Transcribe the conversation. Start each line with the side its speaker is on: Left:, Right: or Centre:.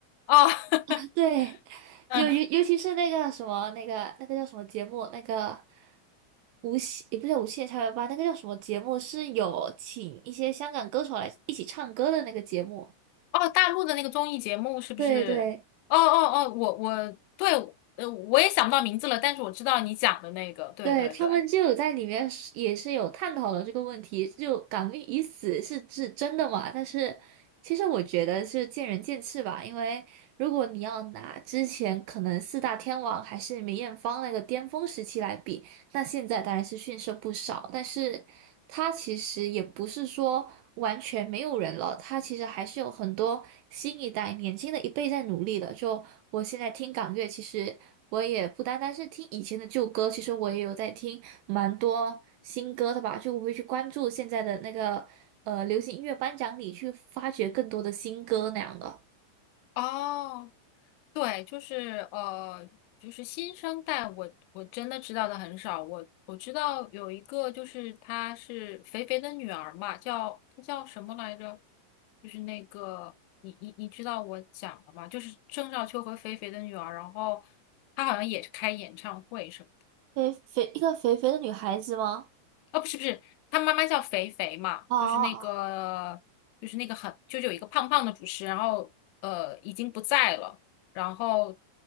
Left: 哦，<laughs>
Right: <laughs> 对，
Left: 嗯，
Right: 就尤尤其是那个什么那个那个叫什么节目，那个无锡也不叫无锡的校园吧，那个叫什么节目是有请一些香港歌手来一起唱歌的那个节目。
Left: 哦，大陆的那个综艺节目是不是？
Right: 对对，
Left: 哦哦哦，我我对，呃，我也想不到名字了，但是我知道你讲的那个，对对对。
Right: 对，他们就有在里面是也是有探讨了这个问题，就“港命已死”是是真的嘛？但是其实我觉得是见仁见智吧，因为如果你要拿之前可能四大天王还是梅艳芳那个巅峰时期来比，那现在当然是逊色不少，但是它其实也不是说完全没有人了，它其实还是有很多新一代、年轻的一辈在努力的。就我现在听港乐，其实我也不单单是听以前的旧歌，其实我也有在听蛮多新歌的吧。就我会去关注现在的那个呃流行音乐颁奖礼，去发掘更多的新歌那样的。
Left: 哦，对，就是呃，就是新生代我，我真的知道的很少。我我知道有一个，就是她是肥肥的女儿嘛，叫她叫什么来着？就是那个你你你知道我讲的吗？就是郑少秋和肥肥的女儿，然后她好像也是开演唱会什么的。
Right: 肥肥一个肥肥的女孩子吗？
Left: 啊，不是不是，他妈妈叫肥肥嘛，
Right: 啊，
Left: 就是那个，就是那个很，就是有一个胖胖的主持，然后呃已经不在了，然后